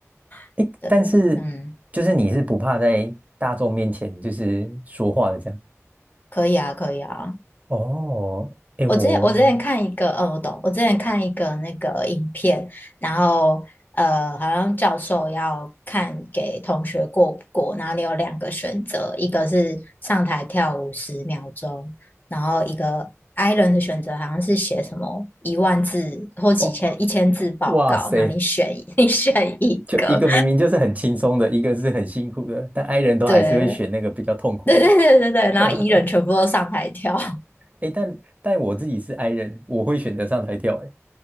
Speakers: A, on the left (about 35°); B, on the right (about 30°).
A: <laughs>
B: 哎，
A: 对，
B: 但是就是你是不怕在大众面前就是说话的这样。
A: 嗯，可以啊，可以啊。
B: 哦，哎我
A: 我之前我之前看一个，呃，我懂，我之前看一个那个影片，然后呃，好像教授要看给同学过不过，然后你有两个选择，一个是上台跳舞十秒钟，然后一个 i 人的选择好像是写什么一万字或几千一千字报告，
B: 哦，哇塞，
A: 那你选一 <laughs> 你选一个，
B: 就一个明明就是很轻松的，一个是很辛苦的，但 i 人都还是会选那个比较痛苦的。
A: 对对对对对对，然后
B: <laughs>
A: E 人全部都上台跳，
B: 哎但但我自己是 i 人，我会选择上台跳。哎，